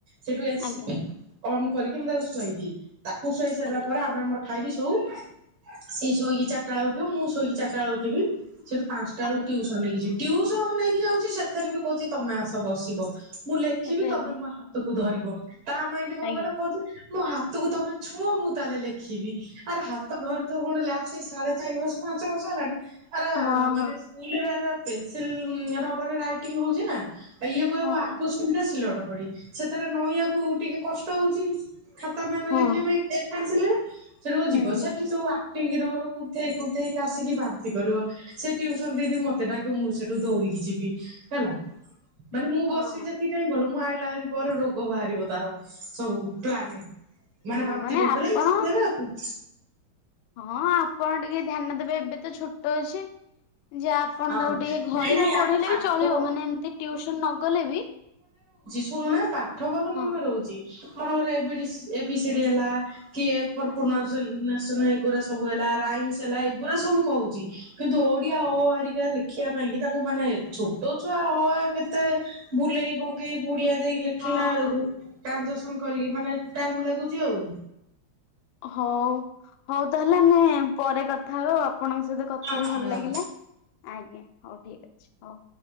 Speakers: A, on the right; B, on the left.
A: ସେଇଠୁ ଏସି
B: ଆଜ୍ଞା
A: ଅନ୍ କରିକି ମୁ ତାକୁ ଶୁଆଇ ଦିଏ ତାକୁ ଶୁଆଇ ସାରିଲା
B: ଆଜ୍ଞା
A: ପରେ ଆମେ ଆମର ଖାଇକି ଶୋଉ ସିଏ ଶୋଇକି ଚାରିଟା ବେଳେ ଉଠିବ ମୁଁ ଶୋଇକି ଚାରିଟା ବେଳେ ଉଠିବି। ସେଠୁ ପାଞ୍ଚଟା ବେଳକୁ
B: ଆଜ୍ଞା
A: ଟୁସନ ନେଇକି ଟିୟୁସନ ନେଇକି ଯାଉଛି ସେଥିରେ ବି କହୁଛି ତମେ ଆସ ବସିବ। ମୁଁ ଲେଖିବି
B: ଏବେ
A: ତମେ ମୋ ହାତକୁ ଧରିବ ତା ମାଇଣ୍ଡ କଣ
B: ଆଜ୍ଞା
A: କଲ କହୁଛି ମୋ ହାତକୁ ତମେ ଛୁଅଁ ମୁଁ ତାହେଲେ ଲେଖିବି ଆରେ ହାତ ଧରିଥୁବ ଫୁଣି ଲାସୀ ସାଢେ ଚାରି ବର୍ଷ ପାଞ୍ଚ ବର୍ଷ ହେଲାଣି। ଆରା
B: ହଁ
A: ମାନେ
B: ହଁ
A: ସ୍କୁଲରେ ପେନସିଲ ଉଁ ଆଉ ରବରରେ ରାଇଟିଙ୍ଗ ହଉଛି ନା ଆଉ ଇଏ କହିବ
B: ହଁ
A: ଆକୁ ସୁବିଧା ଶିଲଟ ଖଡ଼ି ସେଥିରେ ନଇଁବାକୁ ଟିକେ କଷ୍ଟ ହଉଛି। ଖାତା ପେନ
B: ହଁ
A: ଲେଖିବା ପାଇଁ ଏ ପେନସିଲ ରେ ସେଠୁ
B: ହୁଁ
A: ଯିବ
B: ହୁଁ।
A: ସେଠି ଯୋଉ ଆ ପି ରୋଲ କୁନ୍ଥେଇ କୁନ୍ଥେଇ କାସିକି ବାନ୍ତି କରିବ ସେ ଟ୍ୟୁସନ ଦିଦି ମତେ ଡାକିବ ମୁଁ ସେଠୁ ଦୌଡିକି ଯିବି। ହେଲା ମାନେ ମୁଁ
B: ହଁ
A: ବସିବି ଯେତିକ ଟାଇମ ଭଲ ମୁଁ ଆ ଅଇଲାଭାରି ପରେ ରୋଗ ବାହାରିବ ତାର ସବୁ ପ୍ଲାନ। ମାନେ
B: ହଁ
A: ବାନ୍ତି କରିଦେଲେ
B: ଆପଣ
A: କି ଛାଡ଼ି ଦେବେ ଆଉ।
B: ହଁ ଆପଣ ଟିକେ ଧ୍ୟାନ ଦେବେ ଏବେ ତ ଛୋଟ ଅଛି। ଯେ ଆପଣ
A: ହଁ
B: ତାକୁ ଟିକେ
A: ନାଇଁ
B: ଘରେ
A: ନାଇଁ
B: ବି ପଢେଇଲେ
A: ଆର ପାଠ
B: ବି ଚଳିବ ମାନେ ଏମତି ଟ୍ୟୁସନ ନଗଲେ ବି
A: ଶୁଣନା ପାଠ ଭଲ ମନେ
B: ହଁ
A: ରହୁଛି ମନେକର A B D A B C D ହେଲା। କି ଏ ଫର
B: ଆଜ୍ଞା
A: ପ୍ରନାଉନ୍ସ <unintelligible> ଏଗୁରା ସବୁ ହେଲା ରାଇମ୍ସ ହେଲା ଏଗୁରା ସବୁ କହୁଛି। କିନ୍ତୁ ଓଡିଆ ଅ ହରିକା ଲେଖିବା ପାଇଁ କି ତାଙ୍କୁ ମାନେ ଛୋଟ ଛୁଆ ଅ ଆ କେତେ ବୁ ଲେଇ ବଙ୍କେଇ ବୁଡ଼ିଆ ଦେଇକି ଲେଖିଲା
B: ହଁ
A: ଏଳକୁ
B: ହଁ
A: ଟ୍ରାଜାସନ କରିକି ମାନେ ଟାଇମ ଲାଗୁଚି ଆଉ।
B: ହଉ ହଉ ତାହେଲେ ଆମେ ପରେ କଥା ହେବା ଆପଣଙ୍କ ସହିତ କଥା
A: ହଁ
B: ହେଇି
A: ହଁ
B: ଭଲ
A: ହଁ।
B: ଲାଗିଲା ଆଜ୍ଞା ହଉ ଠିକ ଅଛି ହଉ।